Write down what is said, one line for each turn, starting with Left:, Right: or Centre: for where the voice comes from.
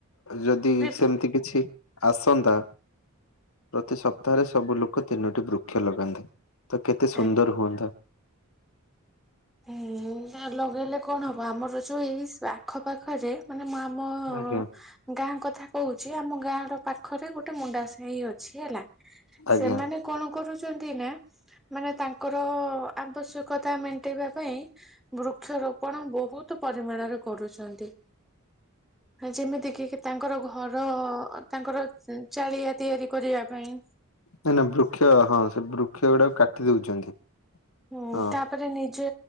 Left: ଯଦି
Centre: ପ୍ରିପ
Left: ସେମିତି କିଛି। ଆସନ୍ତା। ପ୍ରତି ସପ୍ତାହରେ ସବୁ ଲୋକ ତିନୋଟି ବୃକ୍ଷ ଲଗାନ୍ତେ। ତ କେତେ ସୁନ୍ଦର
Centre: ଆଜ୍ଞା।
Left: ହୁଅନ୍ତା।
Centre: ହୁଁ ଲଗେଇଲେ କଣ ହବ? ଆ ଆମର ଯେଉଁ ଏଇ ଆଖପାଖରେ ମା ମାନେ ମୁଁ ଆମ
Left: ଆଜ୍ଞା
Centre: ଗାଁ କଥା କହୁଛି, ଆମ ଗାଁ ର ପାଖରେ ଗୋଟେ ମୁଣ୍ଡା ସାହି ଅଛି ହେଲା,
Left: ଆଜ୍ଞା।
Centre: ସେମାନେ କଣ କରୁଛନ୍ତି। ଛନ୍ତି ନା ମାନେ ତାଙ୍କର ଆବଶ୍ୟକତା ମ ମେଣ୍ଟେଇବା ପାଇଁ ବୃକ୍ଷରୋପଣ ବହୁତ ପରିମାଣରେ କରୁଛନ୍ତି, ଯେମିତିକି ତାଙ୍କର ଘର ତାଙ୍କର ଚାଳିଆ ତିଆରି କରିବା ପାଇଁ।
Left: ନାଇ ନା ବୃକ୍ଷ ହଁ ସେ ବୃକ୍ଷ ଗୁଡାକୁ କାଟି ଦଉଛନ୍ତି।
Centre: ହୁଁ
Left: ହଁ
Centre: ତାପରେ ନି ଯେ